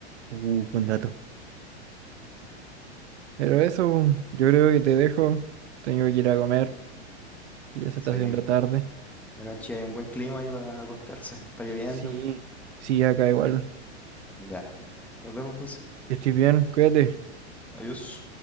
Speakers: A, on the right; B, in the centre.
A: uh, buen dato. Pero eso, yo creo que te dejo. Tengo que ir a comer. Ya se
B: Sí,
A: está haciendo
B: acá
A: tarde.
B: en Chile hay un buen clima ahí para acostarse. Está lloviendo.
A: Sí. Sí, acá igual.
B: Ya, nos vemos entonces.
A: Que estés bien, cuídate.
B: Adiós.